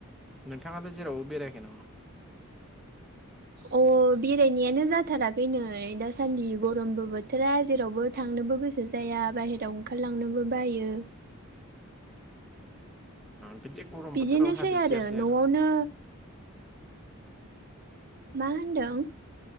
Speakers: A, in the centre; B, on the right.
A: नोंथाङा <unintelligible> जेरावबो बेरायाखै नामा?
B: अ बेरायनायानो जाथाराखै नै दासान्दि गरमबो बोथोरा जेरावबो थांनोबो गोसो जाया बाहेराव ओंखारलांनोबो बायो
A: बिदि गरम
B: बिदिनोसै
A: बोथोराव हाजो
B: आरो
A: सेर सेर
B: न'आवनो
A: ओ
B: मा होनदों?